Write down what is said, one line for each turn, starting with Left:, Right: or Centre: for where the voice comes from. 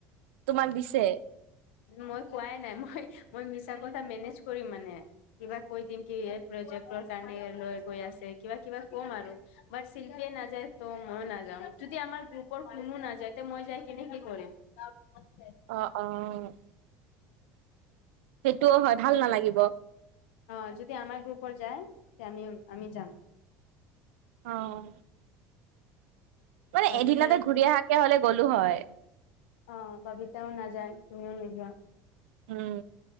Right: তোমাক দিছে।
Left: মই কোৱাই নাই, মই মই মিছা কথা মেনেজ কৰিম মানে। কিবা কৈ দিম কি এই প্ৰজেক্টৰ কাৰণে লৈ গৈ আছে কিবা কিবা কম আৰু। বাত শিল্পীয়ে নাযায় ত মইও নাযাম, যদি আমাৰ গ্ৰুপৰ কোনো নাযায় ত মই যাই কেনে কি কৰিম? <inaudible>
Right: অঁ অ। সেইটোও হয়, ভাল নালাগিব।
Left: অঁ যদি আমাৰ গ্ৰুপৰ যায়, তেতিয়া আমি আমি যাম।
Right: অঁ, মানে
Left: ববিতাই
Right: এদিনতে ঘূৰি অহাকে হলে গ'লো হয়।
Left: অঁ, বাবিতাও নাযায়, তুমিয়ো নোযোৱা।
Right: উম।